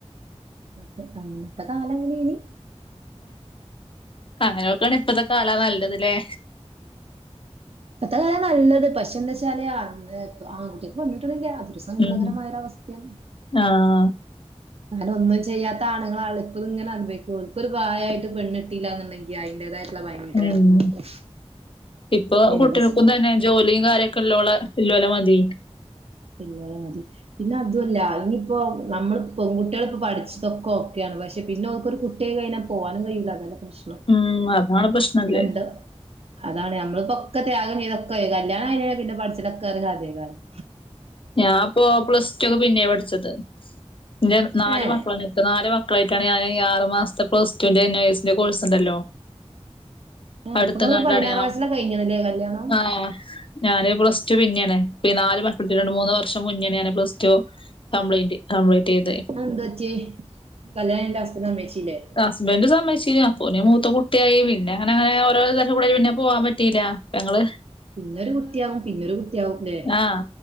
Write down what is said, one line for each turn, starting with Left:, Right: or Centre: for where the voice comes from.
Right: അതെ അന്നത്തെ കാലഅങ്ങനെയ്നി
Left: അങ്ങനെ നോക്കാണെ ഇപ്പത്തെ കാലാ നല്ലത് ലേ
Right: ഇപ്പത്തെ കാലാ നല്ലത് പക്ഷെ എന്താെച്ചാല് ആങ്കുട്ട്യാക്ക് പെണ്ണ് കിട്ടിണ്ല്ല ഒരു സങ്കടകരമായര
Left: ഉം
Right: അവസ്ഥേണ്
Left: ആഹ്
Right: അങ്ങനെ ഒന്നും ചെയ്യാത്ത ആണ്ങ്ങള ആള് ഇപ്പഇങ്ങനെ അനുഭവിക്കും ഓൽക്കൊരു പ്രായായിട്ട് പെണ്ണ് ഇട്ടീലന്ന്ണ്ടെങ്കി അയ്ന്റേതായി ള്ള ഭയങ്കര
Left: ഉം
Right: എടങ്ങേറല്ലേ
Left: ഇപ്പൊ
Right: എന്താ
Left: കുട്ടികൾക്കും
Right: ചെയ്യാ
Left: തന്നെ ജോലീം കാര്യൊക്കെ ഇല്ലോളെ ഇല്ലോലെ മതി
Right: ഇല്ലോലെ മതി പിന്നെ അതു വല്ല ഇനിയിപ്പോ നമ്മള് പെൺകുട്ടികളിപ്പോ പഠിച്ചതൊക്കെ ഒക്കെയാണ് പക്ഷെ പിന്നെ ക്കൊരു കു ട്ടിയായി കഴിഞ്ഞാല് പോവാനും കഴിയില്ല അതാണ് പ്രശ്നം
Left: ഉം അതാണ് പ്രശ്നല്ലേ
Right: രണ്ട് അതാണ് നമ്മളിപ്പോൊക്കെ ത്യാഗം ചെയ്ത കല്യാണം കഴിഞ്ഞാല് പിന്നെപഠിച്ചലൊക്കെ ഒരു കഥയിക്കാര്യം
Left: ഞാൻ ഇപ്പോൊ പ്ലസ് ടു പിന്നെ പഠിച്ചത് എന്റെ നാല്
Right: ഏഹ്
Left: മക്കളാണ് നല് മക്കളായിട്ടാണ് ഞാാന് ആറ് മാസത്തെ പ്ലസ് ടുവിന്റെ എൻ എസിന്റെ കോഴ്സ് ഉണ്ടല്ലോ
Right: ഏഹ്
Left: അടുത്ത
Right: അപ്പൊ നിങ്ങള്
Left: കണ്ടാണ്ഞ
Right: പതിനാറാം വയസ്സിലാ കഴിഞ്ഞതല്ലേ കല്യാണം
Left: ആഹ ഞാന് പ്ലസ്്ടു പിന്നാണ് ഇപ്പോ ഈ നാല് രണ്ട മൂന്ന് വർഷം മുന്നേ ഞാാന് പ്ലസ് ടു കംപ്ലയിന്റ് കംപ്യിന്റ് ചെയ്തത്
Right: അത് ന്തു പറ്റി കല്യാണം കഴിഞ്ഞിട്ട് ഹസ്ബൻ്റ് സമ്മതിച്ചിലെ
Left: ഹസ്ബന്ഡ് സംമ്മക്ഷിക്കും അപ്പൊ മൂത്ത കുട്ടിയായി പിെ അങ്ങെ അങ്ങനെ ഓരോരു തരം കൂടെ പിന്നെ പോവാൻ പറ്റില്ല ങ്ങള്
Right: പിന്നൊരു കുട്ടിയാവും പിന്നൊരു കുട്ടിയാവുംല്ലേ
Left: ആഹ്